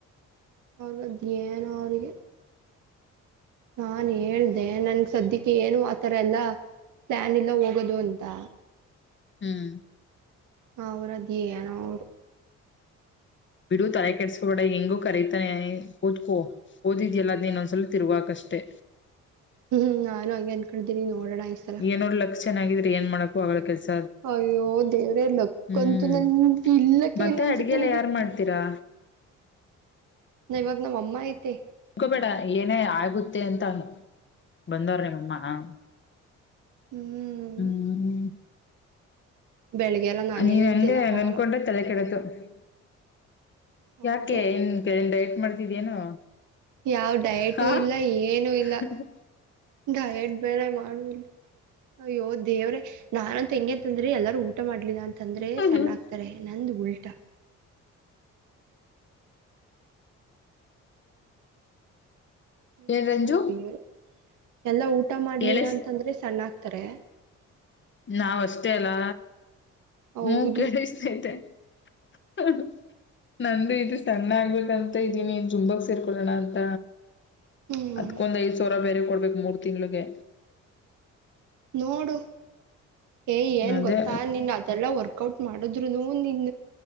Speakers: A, on the right; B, on the left.
A: ಅವ್ರಗದ್ ಏನೋ ಅವರಿಗೆ. ನಾನ್ ಹೇಳ್ದೆ ನನ್ಗೆ ಸದ್ಯಕ್ಕೆ ಏನೂ ಆತರ ಎಲ್ಲಾ ಪ್ಲಾನ್ ಇಲ್ಲಾ ಹೋಗೋದು ಅಂತಾ
B: ಹ್ಮ್್ಮ್ಮ.
A: ಅವ್ರ್ ಅದೇನೋ ಅವ್ರ್
B: ಬಿಡು ತಲೆ ಕೆಡ್ಸ್ಕಬೇಡ ಹೆಂಗೋ ಕರೀತಾನೆ ಓದ್ಕೋ ಓದಿದ್ಯಲ್ಲ ಅದ್ನ್ ನೋಂದ್ಸಲಿ ತಿರ್ವಾಕ್ ಅಷ್ಟೆ
A: ಹ್ಮ್ ನಾನು ಹಂಗೆ ಅನ್ಕೊಂಡ್ದೀನಿ ನೋ ಡಣ ಈ ಸಲ
B: ಏನೋರ್ ಲಕ್ ಚೆನ್ನಾಗಿದ್ರೆ ಏನ್ ಮಾಡಕ್ಕೂ ಆಗಲ್ಲ ಕೆಲ್ಸ್
A: ಅಯ್ಯೋ ದೇವ್ರೆ ಲಕ್ಕಂತು
B: ಹ್ಮ್
A: ನನ್ಗ್ ಇಲ್ಲಕ್ಕೆ
B: ಮತ್ತೆ
A: ಇಲ್ಲಾ ಅನ್ಸುತ್
B: ಅಡ್ಗೆಲ್ಲ
A: ನನಿಗೆ
B: ಯಾರ್ ಮಾಡ್ತೀರಾ
A: ನವಿ ಗ್ ಇವಾಗ್ ನಮ್ಮ ಅಮ್ಮ ಈತೆೆ
B: ಹಕೋಬೇಡ ಏನೇ ಆಗುತ್ತೆ ಅಂತ ಬಂದವ್ರಮ್ಮ ಹ್ಮ್
A: ಹ್ಮ್
B: ಹ್ಮ್್ಮ್ಮ.
A: ಬೆಳಿಗ್ಗೆ ಎಲ್ಲ ನಾನೇನ್
B: ನೀನ್ ಹಂಗೆ
A: ತಿನ್ನಕ್ ಹೋಗಲ್ಲ
B: ಅನ್ಕೊಂಡ್ರೆ ತಲೆ ಕೆಡದು. <unintelligible>
A: ಹೌದು
B: ಯಾಕ್ಕ್ಲೆ ಏನ್. ಮಾಡ್ತಿದ್ಯೇನು.
A: ಯಾವ್ ಡಯಟು
B: ಹಾ
A: ಇಲ್ಲಾ ಏನೂ ಇಲ್ಲಾ
B: ಹ್ಮ್
A: ಡಯಟ್ ಬೇರೆ ಮಾಡ್ ಅಳುಲ್ ಅಯ್ಯೋ ದೇವ್ರೇ ನಾನಂತು ಹೆಂಗೆ ಅಂತಂದ್ರೆ ಆದ್ರೆ ಎಲ್ಲರೂ ಊಟ ಮಾಡ್ಲಿಲ್ಲ ಅಂತಂದ್ರೆ
B: ಹ್ಮ್
A: ಸಣ್ಣ ಆಕ್ತಾರೆ ನಂದ್ ಉಲ್ಟಾ
B: ಏನ್
A: ಅಯ್ಯೇ
B: ರಂಜು
A: ದೇವ್ರೇ ಎಲ್ಲಾ ಊಟ್ ಊಟ ಮಾಡ್ಲಿಲ್ಲ
B: ಕೇಳಿಸ್
A: ಅಂತಂದ್ರೆ ಸಣ್ಣ ತರೇ
B: ನಾವ್ ಅಷ್ಟೇ ಅಲ್ಲಾ
A: ಹೌದು
B: ಹ್ಞೂ ಕೇಳಿಸ್ತೈತೆ ಹ ನಂದು ಇದು ಸಣ್ಣ ಆಗ್ಬೇಕಂತ ಇದೀನಿ ಜುಂಬಕ್ ಸೇರ್ಕೊಳ್ಳೋಣ ಅಂತ
A: ಹ್ಮ್
B: ಅದ್ಕೊಂದ್ ಐದು ಸಾವ್ರಾ ಬೇರೆ ಕೂಡ್ ಮೂರು ತಿಂಗಳಿಗೆ.
A: ನೋಡು. ಏ ಏನ್
B: ಅದೇ
A: ಗೊತ್ತಾ ನೀನು ಅದೆಲ್ಲ ವರ್ಕ್ಔಟ್ ಮಾಡಿದ್ರುನು ನಿನ್.